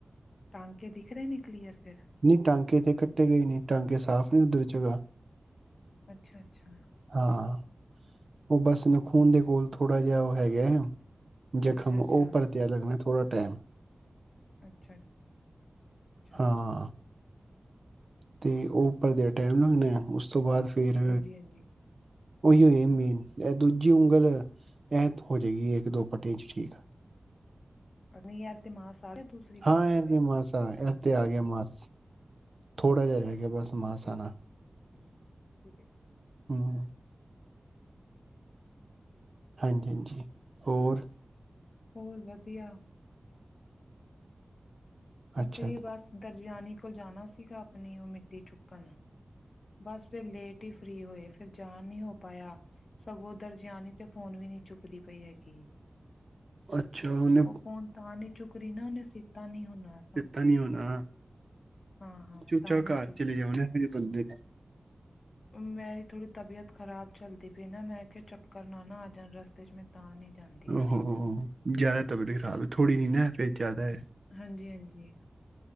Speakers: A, on the left; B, on the right.
A: ਟਾਂਕੇ ਦਿਖ ਰਹੇ ਨੇ, ਕਲੀਅਰ ਫੇਰ
B: ਨਹੀਂੀ ਟਾਂਕੇ ਤੇ ਕੱਟੇ ਗਏ ਨੇ, ਟਾਂਕੇ ਸਾਫ਼ ਨੀ ਉੱਧਰ ਜਗਾ
A: ਅੱਛਾ-ਅੱਛਾ,
B: ਹਾਂ ਉਹ ਬਸ, ਨਖੂਨ ਦੇ ਕੋਲ ਥੋੜਾ ਜਿਹਾ ਉਹ ਹੈਗਾ ਹੈ ਜ਼ਖ਼ਮ,
A: ਅੱਛਾ-ਅੱਛਾ,
B: ਉਹ ਪਰਤਿਆ ਲੱਗਣਾ ਥੋੜਾ ਟਾਈਮ
A: ਅੱਛਾ- ਅੱਛਾ
B: ਹਾਂ ਤੇ ਉਹ ਭਲੇ ਟਾਈਮ ਨਾ, ਲੱਗਣਾ ਉਸ ਤੋਂ ਬਾਅਦ ਫੇ ਰ
A: ਹਾਂਜੀ-ਹਾਂਜੀ।
B: ਉਹੀ ਹੋ ਹੈ ਮੇਨ ਇਹ ਦੂਜੀ ਉਂਗਲ, ਇਹ ਹੋ ਜਾਏਗੀ ਇੱਕ -ਦੋ ਪੱਟੀਆਂ ਚ ਠੀਕ
A: ਨਹੀਂ ਯਾਰ ਤੇ ਮਾਸ ਆ ਗਿਆ ਦੂਸਰੀ ਫਿੰਗਰ
B: ਹਾਂ ਇਹਦੇ
A: ਤੇ
B: ਮਾਂਸੜ ਆਏ ਏਥੇ ਆ ਗਿਆ ਮਾਸੀ ਥੋੜ੍ਹਾ ਜਿਹਾ ਰਹਿ ਗਿਆ ਬਸ ਮਾਸ ਆਣਾ
A: ਹਮ ਠੀਕ ਠੀਕ
B: ਹੂੰ ਹਾਂਜੀ ਹਾਂਜੀ ਹੋਰ
A: ਹੋਰ ਵਧੀਆ
B: ਅੱਛਾ
A: ਅਸੀਂ ਵੀ ਬਸ ਦਰਜਿਆਨੀ ਕੋਲ ਜਾਣਾ ਸੀਗਾ ਆਪਣੀ ਉਹ ਮਿੱਟੀ ਚੁੱਕਣ ਬਸ ਫਿਰ ਲੇਟ ਹੀ ਫ੍ਰਰੀ ਹੋਏ ਫਿਰ ਜਾਨ ਨਹੀ ਹੋ ਪਾਇਆ ਸਗੋਂ ਦਰਜਿਆਾਨ ਤੇ ਫੋਨ ਵੀ ਨਹੀਂ ਚੁੱਕਦੀ ਪਈ ਹੈਗੀ
B: ਅੱਛਾ ਉਹਨੇ
A: ਉਹ ਫੋਨ ਤਾਂ ਨਹੀਂ ਚੁੱਕ ਰਹੀ ਨਾ ਉਹਨੇ ਸੀਤਾ ਨੀ ਹਣਾ
B: ਚੇਤਾ ਨੀ ਹੋਣਾ
A: ਹਾਂ ਹਾਂ
B: ਚੂਚਾ
A: ਤਾਂ ਨਹੀਂ
B: ਘਰ
A: ਚੁੱਕਦੀ
B: ਚਲੇ ਜਾਉਣੇ
A: ਵੀ
B: ਹਜੇ ਬੰਦੇ ਨੇ
A: ਮੇਰੀ ਥੋੜੀ ਤਬੀਅਤ ਖਰਾਬ ਚੱਲਦੀ ਪਈ ਨਾ ਮੈਂ ਚੱਕਰ ਨਾ ਨਾ ਆ ਜਾਣ ਰਸਤੇ ਕੁਝ ਮੈਂ ਤਾਂ ਨਹੀਂ ਜਾਂ
B: ਓਹੋ! ਜ਼ਿਆਦਾ ਤਬੀਅਤ ਖ਼ਰਾਬ ਏ, ਥੋੜ੍ਹੀ ਨੀ ਨਾ ਹੈ, ਫਿਰ ਜ਼ਿਆਦਾ ਹੈ।
A: ਹਾਂਜੀ-ਹਾਂਜੀ!